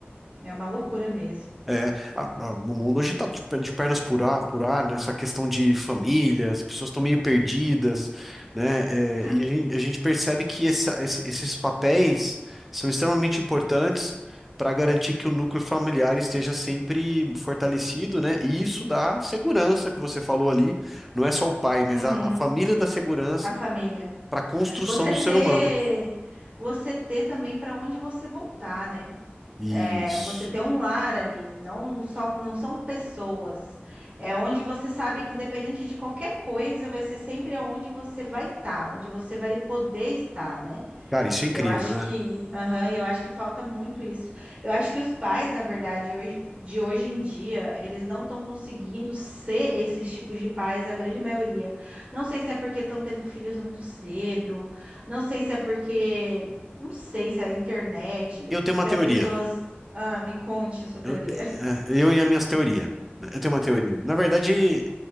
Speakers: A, on the right; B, in the centre.
A: é uma loucura mesmo.
B: É, a- a- o mundo hoje está de pernas por ar, por ar, nessa questão de família, as pessoas estão meio perdidas, né? É,
A: Ca-
B: e a gen- a gente percebe que essa- esse- esses papéis são extremamente importantes para garantir que o núcleo familiar esteja sempre fortalecido, né? E isso dá segurança que você falou ali, não é só o pai, mas
A: Uhum,
B: a, a família dá segurança
A: a família.
B: para a construção
A: Você
B: do
A: ter,
B: ser humano.
A: você ter também para onde você voltar, né?
B: Isso.
A: É, você ter um lar ali, não só, não são pessoas. É onde você sabe que independente de qualquer coisa, vai ser sempre aonde você vai estar, onde você vai poder estar, né?
B: Cara, isso é incrível,
A: E eu acho
B: né?
A: que, aham, e eu acho que falta muito isso. Eu acho que os pais, na verdade, hoje, de hoje em dia, eles não estão conseguindo ser esses tipos de pais, a grande maioria. Não sei se é porque estão tendo filhos muito cedo, não sei se é porque, não sei se é a internet,
B: Eu tenho
A: se
B: uma teoria.
A: as pessoas. Ah, me conte a sua teoria.
B: Eu,
A: <laughs>
B: é, eu e as minhas teorias. né? Eu tenho uma teoria. Na verdade,